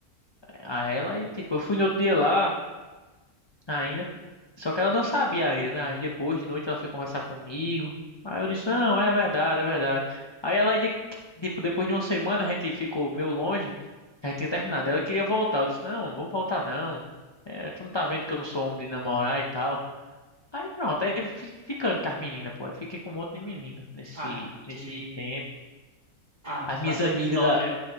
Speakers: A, on the left (about 30°); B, on the right (about 30°).
A: a ela, e tipo, eu fui no outro dia lá ainda. Só que ela não sabia ainda, né? Aí depois de noite ela foi conversar comigo. Aí eu disse, não, é verdade, é verdade. Aí ela, de- tipo, depois de uma semana a gente ficou meio longe, a gente tinha terminado. Ela queria voltar. Eu disse, não, vamos voltar não. É, tu não tá vendo que eu não sou homem de namorar e tal. Aí pronto, aí fi- ficando com as meninas, pô. Aí fiquei com um monte de menina nesse,
B: ah,
A: nesse
B: que,
A: tempo.
B: ah,
A: As minhas
B: bastante
A: amigas
B: história.
A: da.